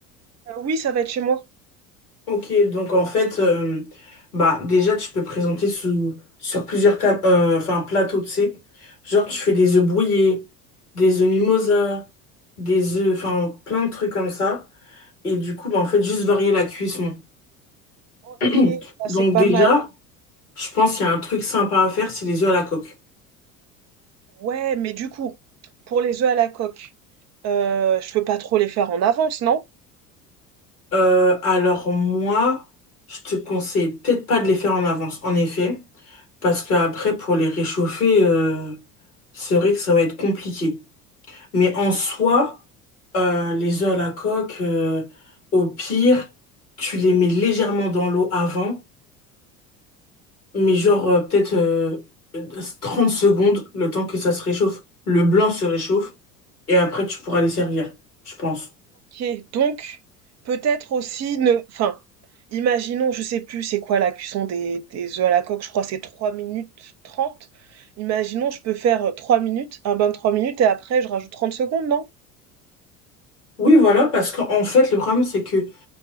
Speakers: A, on the right; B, on the left.
A: Heu, oui, ça va être chez moi.
B: Ok, donc en fait, euh, bah déjà tu peux présenter sous sur plusieurs tables, euh, enfin plateaux, tu sais. Genre tu fais des œufs brouillés, des œufs mimosa, des œufs, enfin plein de trucs comme ça. Et du coup, bah en fait juste varier la cuisson.
A: OK,
B: <clears throat>
A: ça
B: Donc
A: c'est pas
B: déjà,
A: mal.
B: je pense qu'il y a un truc sympa à faire, c'est les œufs à la coque.
A: Ouais, mais du coup, pour les œufs à la coque, heu, je peux pas trop les faire en avance, non?
B: Euh, alors moi, je te conseille peut-être pas de les faire en avance, en effet, parce qu'après pour les réchauffer, euh, c'est vrai que ça va être compliqué. Mais en soi, euh, les œufs à la coque, euh, au pire, tu les mets légèrement dans l'eau avant, mais genre euh, peut-être euh, 30 secondes, le temps que ça se réchauffe, le blanc se réchauffe, et après tu pourras les servir, je pense.
A: OK, donc peut-être aussi ne enfin, imaginons, je sais plus c'est quoi la cuisson des des œufs à la coque, je crois que c'est trois minutes trente. Imaginons, je peux faire, heu, 3 minutes, un bain de 3 minutes et après je rajoute 30 secondes, non?
B: Oui, voilà, parce qu'en fait, le problème, c'est que